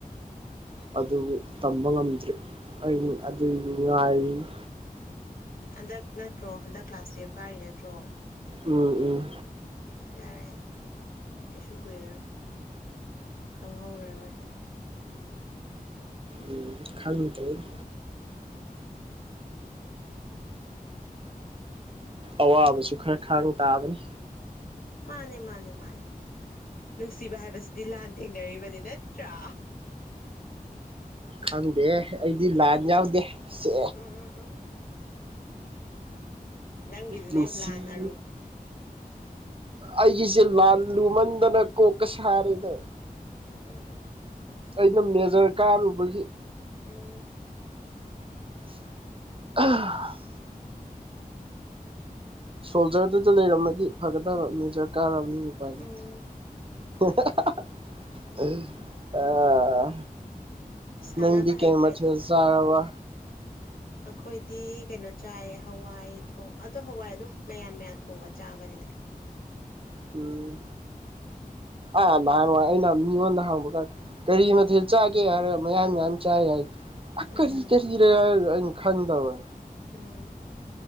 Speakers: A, on the right; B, on the left.
A: ꯑꯗꯨ ꯇꯝꯕ ꯉꯝꯗ꯭ꯔꯤ ꯑꯩ ꯑꯗꯨꯒꯤ ꯉꯥꯏꯔꯤꯅꯤ
B: ꯍꯟꯗꯛ ꯅꯠꯇ꯭ꯔꯣ ꯍꯟꯗꯛ ꯀ꯭ꯂꯥꯁ ꯇꯨꯌꯦꯞ ꯀꯥꯔꯤ ꯅꯠꯇ꯭ꯔꯣ
A: ꯎꯝ ꯎꯝ
B: ꯌꯥꯔꯦ ꯑꯗꯨꯗꯤ ꯀꯩꯁꯨ ꯀꯨꯏꯔꯥꯔꯣꯏ ꯈꯪꯍꯧꯔꯥꯔꯣꯏ
A: ꯎꯝ ꯈꯪꯗ꯭ꯔꯦꯅꯦ ꯑꯋꯥꯕꯁꯨ ꯈꯔ ꯈꯥꯡ ꯇꯥꯕꯅꯤ
B: ꯃꯥꯅꯦ ꯃꯥꯅꯦ ꯃꯥꯅꯦ ꯅꯨꯡꯁꯤꯕ ꯍꯥꯏꯕꯁꯤꯗꯤ ꯂꯥꯟ ꯊꯦꯡꯅꯔꯤꯕꯅꯤ ꯅꯠꯇ꯭ꯔꯥ
A: ꯈꯪꯗꯦ ꯑꯩꯗꯤ ꯂꯥꯟ ꯌꯥꯎꯗꯦ ꯁꯦ
B: ꯎꯝ ꯎꯝ ꯎꯝ ꯅꯪꯒꯤꯗꯨꯅꯦ
A: ꯅꯨꯡꯁꯤꯕꯤ
B: ꯂꯥꯟ ꯑꯔꯨ
A: ꯑꯩꯒꯤꯁꯦ ꯂꯥꯟ ꯂꯨꯃꯟꯗꯥꯅ ꯀꯣꯛꯀꯥ ꯁꯥꯔꯦꯗꯥ
B: ꯎꯝ ꯎꯝ ꯎꯝ
A: ꯑꯩꯅꯥ ꯃꯦꯖꯔ ꯀꯥꯔꯨꯕꯒꯤ
B: ꯎꯝ
A: <unintelligible> ꯁꯣꯜꯖꯔꯗꯨꯗꯥ ꯂꯩꯔꯝꯃꯗꯤ ꯐꯥꯒꯗꯕ ꯃꯦꯖꯔ ꯀꯥꯔꯝꯅꯤꯅ ꯎꯄꯥꯏ ꯂꯩꯇꯦ
B: ꯎꯝ
A: <unintelligible> ꯑꯥ
B: ꯁꯥꯟꯅꯕ
A: ꯅꯪꯗꯤ
B: ꯍꯩꯇ꯭ꯔꯗꯤ
A: ꯀꯩ ꯃꯊꯦꯜ ꯆꯥꯔꯕ
B: ꯑꯈꯣꯏꯗꯤ ꯀꯩꯅꯣ ꯆꯥꯏꯌꯦ ꯍꯋꯥꯏ ꯊꯣꯡ ꯑꯗꯣ ꯍꯋꯥꯏ ꯑꯗꯨꯝ ꯃꯌꯥꯟ ꯃꯌꯥꯟ ꯊꯣꯡꯕ ꯆꯥꯕꯅꯤꯗ
A: ꯎꯝ ꯑꯥ ꯅꯍꯥꯟ ꯋꯥꯏ ꯑꯩꯅ ꯃꯤꯉꯣꯟꯗ ꯍꯪꯕ ꯀꯥꯟ ꯀꯔꯤ ꯃꯊꯦꯜ ꯆꯥꯒꯦ ꯍꯥꯏꯔꯒ ꯃꯌꯥꯟ ꯃꯌꯥꯟ ꯆꯥꯏ ꯍꯥꯏ ꯑꯥ
B: ꯎꯝ
A: ꯀꯔꯤ ꯀꯔꯤꯔꯥ ꯑꯩꯅ ꯈꯪꯗꯕ
B: ꯎꯝ